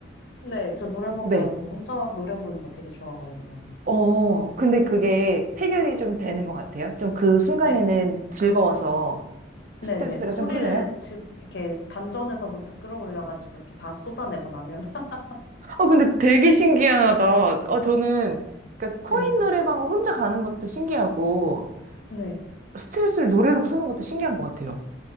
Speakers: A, on the left; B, on the right.
A: 네, 저 노래방
B: 네.
A: 가서 혼자 노래 부르는 거 되게 좋아하거든요.
B: 어, 근데 그게 해결이 좀 되는 것 같아요. 좀 그 순간에는
A: 네,
B: 즐거워서 스트레스가
A: 네네 소리를
B: 좀 풀려요?
A: 지, 이렇게 단전에서부터 끌어올려가지고 이렇게 다 쏟아내고 나면 <laughs>
B: 어, 근데 되게 신기하다. 어, 저는, 그러니까 코인
A: 네,
B: 노래방을 혼자 가는 것도 신기하고,
A: 네.
B: 스트레스를 노래로 푸는 것도 신기한 것 같아요.